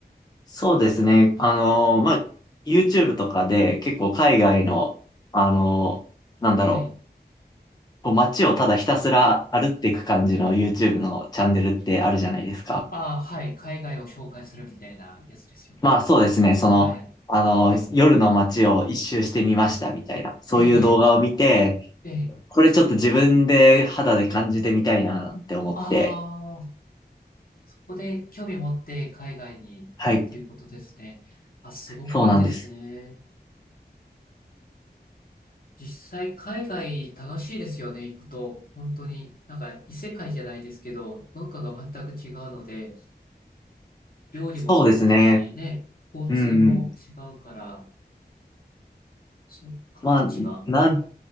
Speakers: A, on the left; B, on the left.
A: そうですね。あの、まあ、YouTube とかで結構海外の、あの、なんだろう、
B: はい。
A: こう街をただひたすら歩っていく感じの YouTube のチャンネルってあるじゃないですか。
B: ああ、はい。海外を紹介するみたいなやつですよね。
A: まあそうですね、その、
B: はい。
A: あの、夜の街を一周してみましたみたいな、そういう動画を見て、
B: ええ、ええ。
A: これちょっと自分で肌で感じてみたいななんて思って、
B: ああ。ここで興味持って海外にっていうことですね。
A: はい、
B: あ、すごくいいですね。
A: そうなんです。
B: 実際海外楽しいですよね、行くと。本当に、なんか異世界じゃないですけど、文化が全く違うので、料理もそうですし、
A: そうですね、
B: ね、交通も違うから、
A: うんうん。
B: そっか、
A: まあ、
B: 一番、
A: なん、
B: あ、